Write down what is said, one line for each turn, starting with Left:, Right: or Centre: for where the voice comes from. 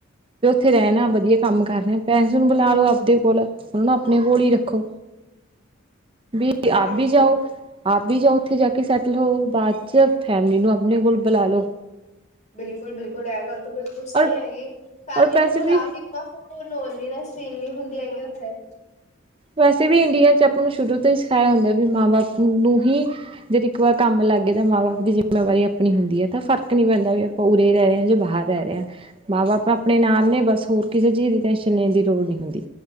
Right: ਫ਼ਿਰ ਉੱਥੇ ਰਹਿਣਾਂ, ਵਧੀਆਂ ਕੰਮ ਕਰ ਰਿਹਾਂ ਪੈਨਜਲ ਬੁਲਾਂ ਲੋ ਆਪਦੇ ਕੋਲ਼, ਉਹਨੂੰ ਆਪਣੇਂ ਕੋਲ਼ ਹੀ ਰੱਖੋਂ, ਵੀ ਤੁਸੀਂ ਆਪ
Left: ਹਾਂਜੀ
Right: ਵੀ ਜਾਓ, ਆਪ ਵੀ ਜਾਓ ਉੱਥੇ ਜਾਂ ਕੇ ਸੈਂਟ ਚਲੋਂ ਬਾਅਦ 'ਚ ਫੈਮਿਲੀ ਨੂੰ, ਆਪਣੇਂ ਕੋਲ਼ ਬੁਲਾਂ ਲੋ।
Left: ਬਿਲਕੁੱਲ ਬਿਲਕੁੱਲ, ਐਹ ਗੱਲ਼ ਤੋਂ ਬਿਲਕੁੱਲ ਸਹੀ
Right: ਔਰ
Left: ਹੈਗੀ, ਫੈਮਿਲੀ
Right: ਔਰ ਪੈਸੇ
Left: ਨੂੰ ਬੁਲਾਂ
Right: ਵੀ
Left: ਕੇ <unintelligible> ਨੀਂ ਹੁੰਦੀਂ ਹੈਗੀ, ਉੱਥੇ
Right: ਵੈਸੇ ਵੀ ਇੰਡੀਆਂ 'ਚ ਆਪਾਂ ਨੂੰ ਸ਼ੁਰੂ ਤੋਂ ਹੀ ਸਿਖਾਈਆਂ ਹੁੰਦਾਂ ਵੀ, ਮਾਂ ਬਾਪ ਨੂੰ ਹੀ <unintelligible> ਇੱਕ ਵਾਰ ਕੰਮ ਲੱਗਗੇ ਤਾਂ ਮਾਂ ਬਾਪ ਦੀ ਜ਼ਿੰਮੇਂਵਾਰੀ ਆਪਣੀਂ ਹੁੰਦੀਂ ਹੈਂ, ਤਾਂ ਫ਼ਰਕ ਨੀ ਪੈਂਦਾਂ ਵੀ ਆਪਾਂ ਉਰੇ ਰਹਿ ਰਹੇਂ ਹਾਂ, ਜਾਂ ਬਾਹਰ ਰਹਿ ਰਹੇਂ ਹਾਂ। ਮਾਂ ਬਾਪ ਆਪਣੇਂ ਨਾਲ਼ ਨੇਂ, ਬਸ ਹੋਰ ਕਿਸ਼ੇ ਚੀਜ਼ ਦੀ ਟੈਨਸ਼ਨ ਲੈਣ ਦੀ ਲੋੜ ਨੀਂ ਹੁੰਦੀਂ,